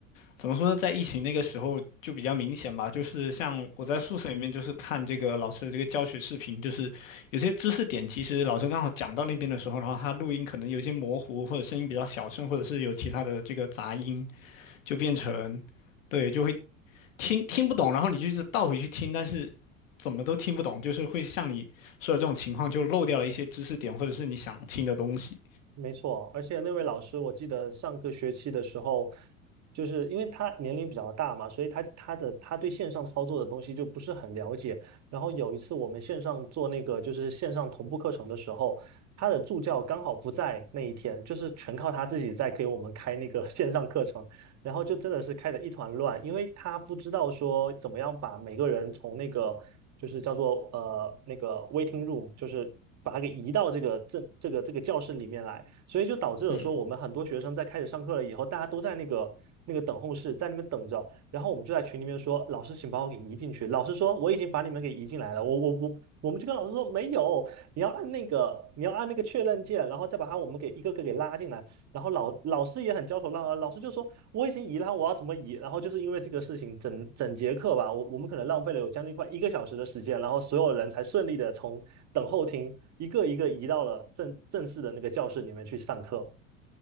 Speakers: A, on the left; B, on the right.
A: 怎么说呢，在疫情那个时候就比较明显吧。就是像我在宿舍里面，就是看这个老师的这个教学视频，就是有些知识点其实老师刚好讲到那边的时候，然后他录音可能有一些模糊，或者声音比较小声，或者是有其他的这个杂音，就变成对就会听听不懂，然后你就是倒回去听，但是怎么都听不懂，就是会像你说的这种情况，就漏掉了一些知识点，或者是你想听的东西。
B: 没错，而且那位老师，我记得上个学期的时候，就是因为他年龄比较大嘛，所以他他的他对线上操作的东西就不是很了解。然后有一次我们线上做那个就是线上同步课程的时候，他的助教刚好不在那一天，就是全靠他自己在给我们开那个 <laughs> 线上课程。然后就真的是开得一团乱，因为他不知道说怎么样把每个人从那个就是叫做呃那个 waiting room，就是把他给移到这个这这个这个教室里面来，所以就导致了说我们很多学生在开始上课了以后，
A: 嗯。
B: 大家都在那个那个等候室在那边等着，然后我们就在群里面说，老师请把我给移进去，老师说我已经把你们给移进来了，我我我我们就跟老师说没有，你要按那个你要按那个确认键，然后再把他我们给一个个给拉进来。然后老老师也很焦头烂额，老师就说我已经移了，我要怎么移？然后就是因为这个事情，整整节课吧，我我们可能浪费了有将近快一个小时的时间，然后所有人才顺利的从等候厅一个一个移到了正正式的那个教室里面去上课。